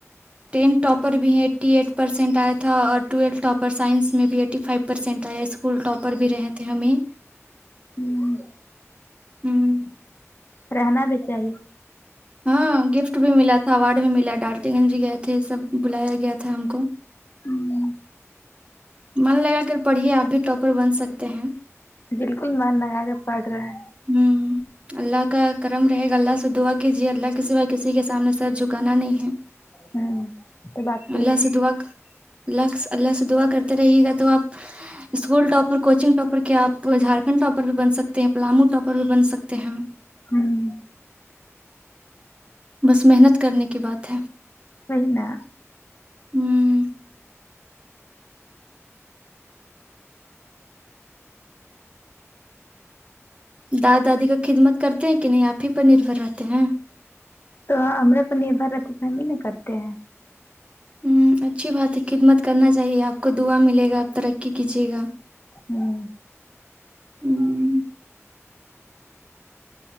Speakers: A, on the right; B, on the left.
A: ٹین ٹاپر بھی ایٹی ایٹ پرسینٹ آیا تھا اور ٹویل ٹاپر سائنس میں بھی ٹی فائیو پرسینٹ آیا اسکول ٹاپر بھی رہے تھے ہمیں
B: ہممم
A: ھمم
B: رہنا بھی چاہیے
A: ہاں گفٹ بھی ملا تھا اوارڈ بھی ملا ڈالٹی گنج بھی گئے تھے سب بلایا گیا تھا ہم کو
B: ہوں
A: من لگا کر پڑھیے آپ بھی ٹاپر بن سکتے ہیں
B: بلکل من لگا کے پڑھ رہے ہیں
A: ہمم اللہ کا کرم رہے گا اللہ سے دعا کیجیے اللہ کسیوا کسی کے سامنے سر جھکانا نہیں ہے
B: ہوں تو بات صحیح
A: اللہ
B: ہے
A: سے دعا اللہ اللہ سے دعا کرتے رہے گا تو آپ اسکول ٹاپر کو کوچنگ ٹاپر کیا آپ جھارکھنڈ ٹاپر بھی بن سکتے ہیں پلامو ٹاپر بھی بن سکتے ہیں
B: ہمم
A: بس محنت کرنے کی بات ہے
B: وہی نا
A: ہ دادا دادی کا خدمت کرتے ہیں کہ نہیں آپ ہی پر نربھر رہتے ہیں
B: تو ہمرے پہ نربھر رہتا تو ہم ہی نا کرتے ہیں
A: ہممم اچھی بات ہے خدمت کرنا چاہیے آپ کو دعا ملے گا آپ ترقی کیجیے گا
B: ہاں
A: ہوں،